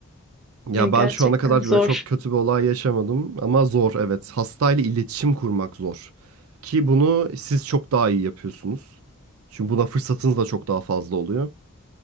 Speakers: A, on the right (about 90°); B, in the centre.
A: Ya
B: Ya gerçekten
A: ben şu ana kadar
B: zor.
A: böyle çok kötü
B: Evet.
A: bir olay yaşamadım ama zor evet. Hastayla iletişim kurmak zor. Ki bunu siz çok daha iyi yapıyorsunuz. Çünkü buna fırsatınız da çok daha fazla oluyor.